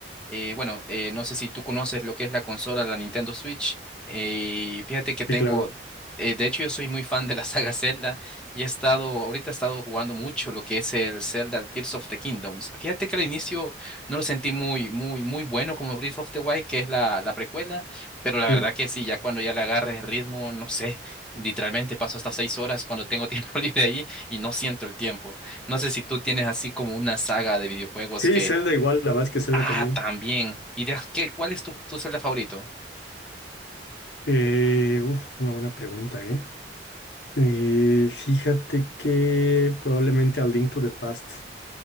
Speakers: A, in the centre; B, on the left (about 75°).
A: Eh, bueno, eh, no sé si tú conoces lo que es la consola, la Nintendo Switch. Eh, fíjate que tengo,
B: Sí, claro.
A: eh, de hecho yo soy muy fan de la <laughs> saga Zelda y he estado, ahorita he estado jugando mucho lo que es el Zelda Tears of the Kingdoms. Fíjate que al inicio no lo sentí muy, muy, muy bueno como Breath of the Wild, que es la, la precuela, pero la
B: Sí.
A: verdad que sí, ya cuando ya le agarres el ritmo, no sé, literalmente paso hasta seis horas cuando tengo <laughs> tiempo libre ahí y no siento el tiempo. No sé si tú tienes así como una saga de videojuegos
B: Sí, Zelda igual, la verdad es que Zelda
A: Ah,
B: también.
A: también. ¿Y de, qué, cuál es tu, tu Zelda favorito?
B: Eh, uf, una buena pregunta, ¿eh? Eh, fíjate que probablemente a Link to the Past